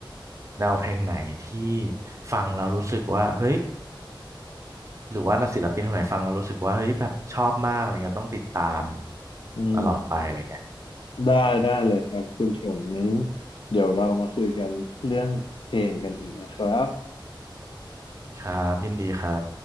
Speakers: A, on the right; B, on the left.
A: แนวเพลงไหนที่ฟังแล้วรู้สึกว่าเฮ้ยหรือว่านักศิลปินคนไหนฟังแล้วรู้สึกว่าเฮ้ยแบบชอบมากอะไรเงี้ยต้องติดตาม
B: อืม
A: ตลอดไปอะไรเงี้ย
B: ได้ได้เลยครับคุณชงงั้นเดี๋ยวเรามาคุยกันเรื่องเพลงกันอีกนะครับ
A: ครับยินดีครับ